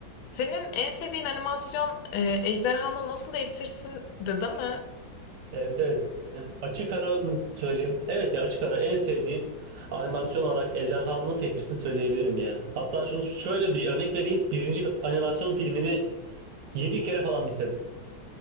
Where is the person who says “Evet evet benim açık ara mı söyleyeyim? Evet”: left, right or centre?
Right